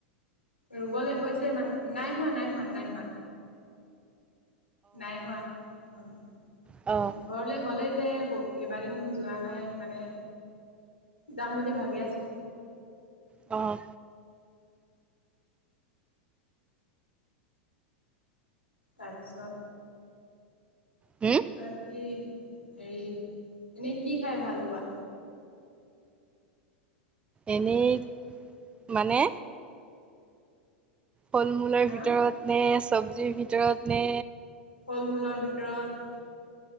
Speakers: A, on the left (about 85°); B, on the right (about 20°).
A: ৰুবলে হৈছে মান, নাই হোৱা, নাই হোৱা, নাই হোৱা। নাই হোৱা, অ'।
B: অহ।
A: ঘৰলে, হ'লেই যে, ব, কেইবাদিনো যোৱা নাই মানে। যাম বুলি ভাবি আছোঁ।
B: অহ।
A: তাৰপিছত
B: হম
A: আজি হেৰি, এনেই কি খাই ভাল পোৱা?
B: এনেই, মানে? ফল মূলৰ ভিতৰত
A: আহ
B: নে, চব্জিৰ ভিতৰত নে
A: ফল মূলৰ ভিতৰত?